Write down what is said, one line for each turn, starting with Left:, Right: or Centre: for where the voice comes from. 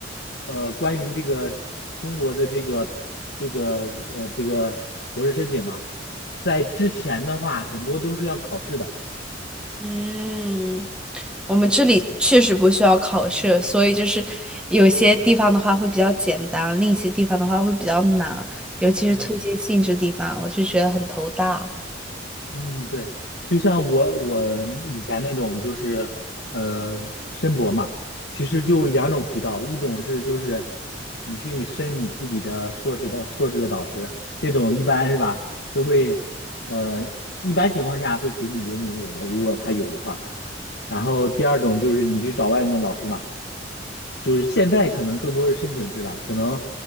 Left: 呃，关于这个中国的这个这个呃这个博士申请嘛，在之前的话，很多都是要考试的，
Centre: 嗯，我们这里确实不需要考试，所以就是有些地方的话会比较简单，另一些地方的话会比较难，尤其是推荐信这地方，
Left: 嗯。
Centre: 我就觉得很头大。
Left: 嗯，对，就像我我以前那种就是呃申博嘛，其实就两种渠道，一种是就是你去你申你自己的硕士的硕士的导师，这种一般是吧，都会呃一般情况下会给你留名额，如果他有的话。然后第二种就是你去找外面的老师嘛，就是现在可能更多是申请制了，可能